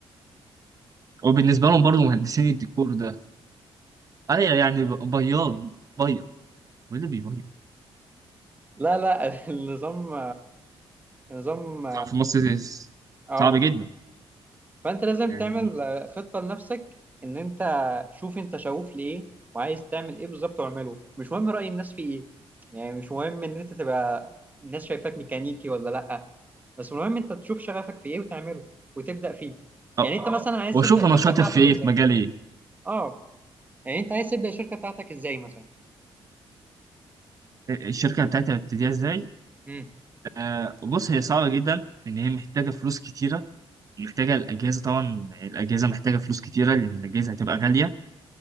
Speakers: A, on the right; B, on the right.
A: وبالنسبة لهم برضه مهندسين الديكور ده أيوة يعني ب- بياض بياض هو اللي بيبيض
B: لا لا <laughs> النظام النظام
A: في مصر
B: اه
A: صعب جدا
B: فانت لازم
A: يعني
B: تعمل آه، خطه لنفسك ان انت شوف انت شغوف لايه وعايز تعمل ايه بالظبط واعمله مش مهم راي الناس في ايه يعني مش مهم ان انت تبقى الناس شايفاك ميكانيكي ولا لا بس المهم انت تشوف شغفك في ايه وتعمله وتبدا فيه
A: أه
B: يعني انت اه مثلا عايز
A: وأشوف
B: تبدا
A: أنا
B: الشركه
A: شاطر
B: بتاعتك
A: في إيه
B: ازاي
A: في مجال إيه
B: اه يعني انت عايز تبدا الشركه بتاعتك ازاي مثلا
A: الشركة بتاعتي هبتديها ازاي؟
B: امم
A: آه بص هي صعبة جدا لأن هي محتاجة فلوس كتيرة محتاجة الأجهزة طبعا الأجهزة محتاجة فلوس كتيرة لأن الأجهزة هتبقى غالية